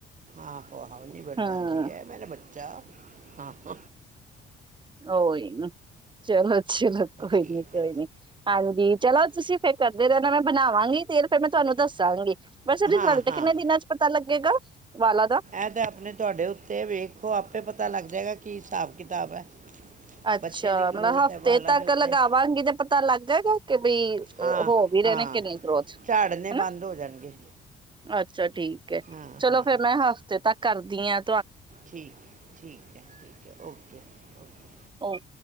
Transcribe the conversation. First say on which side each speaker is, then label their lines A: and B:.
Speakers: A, on the right; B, on the right.
A: ਆਹੋ, ਆਹੋ, ਨੀਬੜ
B: ਹਮ
A: ਜਾਂਦੀ ਹੈ ਮੇਰਾ ਬੱਚਾ। ਆਹ!
B: ਔਹੀ ਚਲੋ, ਚਲੋ ਕੋਈ
A: ਠੀਕ
B: ਨੀ, ਕੋਈ
A: ਹੈ
B: ਨੀ ਹਾਂਜੀ ਚਲੋ ਤੁਸੀਂ ਫਿਰ ਕਰਦੇ ਰ ਮੈਂ ਬਣਾਵਾਂਗੀ। ਤੇ ਫੇਰ ਮੈਂ ਤੁਹਾਨੂੰ ਦੱਸਾਂਗੀ। ਵੈਸੇ
A: ਹਾਂ,
B: ਰਿਜ਼ਲਟ
A: ਹਾਂ
B: ਕਿੰਨੇ ਦਿਨਾਂ ਚ ਪਤਾ ਲੱਗੇਗਾ ਵਾਲਾਂ ਦਾ
A: ਇਹ ਤੇ ਆਪਣੇ ਤੁਹਾਡੇ ਉੱਤੇ ਵੇਖੋ ਆਪੇ ਪਤਾ ਲੱਗਦ ਜ੍ਹਾ ਕੀ ਹਿਸਾਬ -ਕਿਤਾਬ ਹੈ?
B: ਅੱਛਾ,
A: ਬੱਚੇ ਦੀ ਗਰੋਥ
B: ਮਤਲਬ ਹਫ਼ਤੇ
A: ਹੈ ਵਾਲਾਂ
B: ਤੱਕ
A: ਦੇ ਉੱਤੇ
B: ਲਗਾਵਾਂਗੀ ਤੇ ਪਤਾ ਲੱਗੇਗਾ? ਕਿ ਬਈ,
A: ਹਾਂ
B: ਹੋ ਵੀ ਰਹੇਣੇ
A: ਹਾਂ
B: ਕਿ ਨਹੀਂ ਗੌ੍ਖ
A: ਝਾੜਨੇ
B: ਹੈਨਾ।
A: ਬੰਦ ਹੋ ਜਾਣਗੇ
B: ਅੱਛ । ਛਾ ਠੀਕ ਹੈ।
A: ਹਾਂ
B: ਚਲੋ
A: ਹਾਂ
B: ਫੇਰ ਮੈਂ ਹਫ਼ਤੇ ਤੱਕ ਕਰਦੀਆਂ।
A: ਠੀਕ, ਠੀਕ ਹੈ, ਠੀਕ ਹੈ, ਓਕੇ- ਓਕੇ ।
B: ਓਕੇ